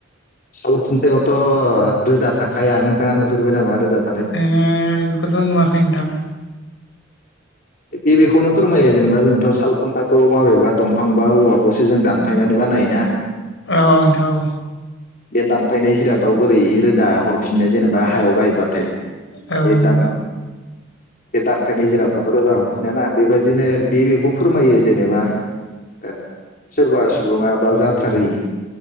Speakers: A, on the left; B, on the left.
A: साल खुन्थायावथ' रोदा थाखाया नोंथाङा नुफेरबाय नामा रोदाखौ?
B: ओ बेफोखौथ' नुवाखै नोंथां।
A: बे बेखौनो फोरमायो जेनेबा जोंथ' साल खुन्थाखौ माबेबा दंफां बा औवा खौसो जों दानफायनानै बानायोना।
B: औ नोंथां औ।
A: बे दानफायनाय जिरादाव बोरै रोदा हरफिननो जेनेबा हायाव गायबाथाय।
B: औ
A: बे
B: नोंगौ।
A: दान बे दानफायनाय जिरादाथ' रोदा हरफिनाना बेबायदिनो बे बेखौ फोरमायो जेनेबा ओ सोरबा सुबुङा बा जाथारै